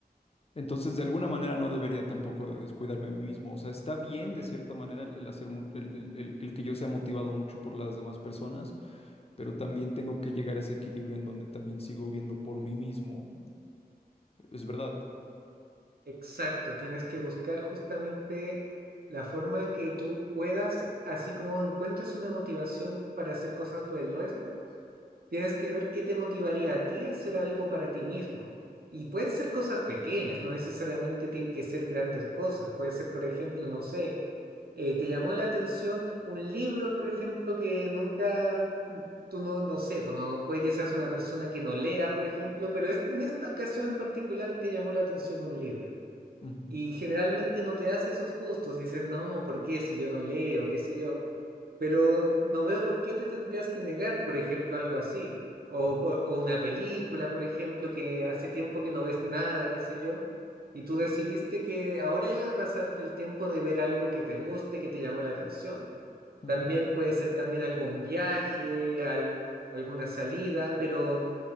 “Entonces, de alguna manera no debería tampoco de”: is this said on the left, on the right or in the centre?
Left